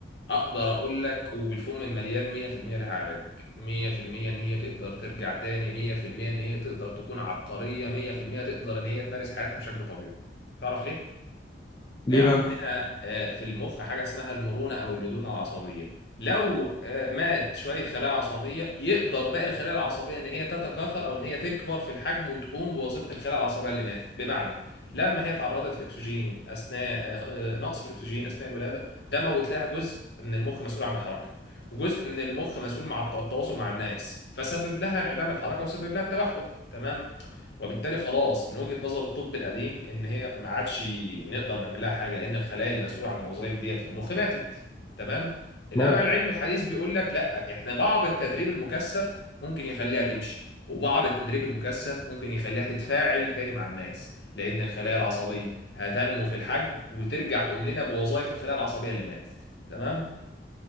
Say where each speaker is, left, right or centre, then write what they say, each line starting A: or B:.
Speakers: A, on the left; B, on the left.
A: اقدر اقول لك وبالفم المليان 100% لها علاج 100% ان هي تقدر ترجع تاني 100% ان هي تقدر تكون عبقرية 100% تقدر ان هي تمارس حياتها بشكل طبيعي تعرف ليه؟
B: ليه
A: آه، عندنا
B: بقى
A: آه، في المخ حاجة اسمها المرونة أو اللدونة العصبية لو آه، مات شوية خلايا عصبية يقدر باقي الخلايا العصبية إن هي تتكاثر أو إن هي تكبر في الحجم وتقوم بوظيفة الخلايا العصبية اللي ماتت بمعنى لما هي تعرضت للأكسجين أثناء آه، آه، نقص في الأكسجين أثناء الولادة ده موت لها جزء من المخ مسؤول عن الحركة وجزء من المخ مسؤول مع الت- التواصل مع الناس فسبب لها انعدام الحركة وسبب لها التوحد تمام وبالتالي خلاص من وجهة نظر الطب القديم ان هي ما عادش نقدر نعمل لها حاجه لان الخلايا اللي مسؤوله عن الوظائف ديت في المخ ماتت تمام انما
B: تمام
A: بقى العلم الحديث بيقول لك لا احنا بعض التدريب المكثف ممكن يخليها تمشي وبعض التدريب المكثف ممكن يخليها تتفاعل تاني مع الناس لان الخلايا العصبيه هتنمو في الحجم وترجع تقوم لنا بوظائف الخلايا العصبيه اللي ماتت تمام